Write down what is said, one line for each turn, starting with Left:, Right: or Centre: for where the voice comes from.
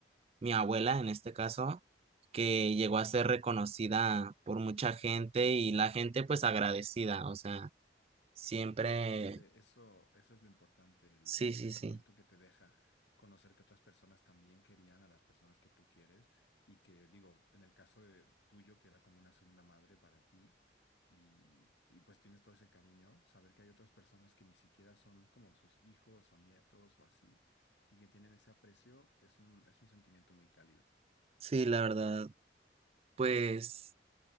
Right: mi abuela en este caso, que llegó a ser reconocida por mucha gente y la gente pues agradecida, o sea, siempre,
Left: Totalmente, eso, eso es lo importante, el,
Right: sí,
Left: el sentimiento
Right: sí, sí,
Left: que te deja conocer que otras personas también querían a las personas que tú quieres y que digo, en el caso de tuyo, que era como una segunda madre para ti y, y pues tienes todo ese cariño, saber que hay otras personas que ni siquiera son como sus hijos o nietos o así y que tienen ese aprecio, es un, es un sentimiento muy cálido.
Right: sí, la verdad, pues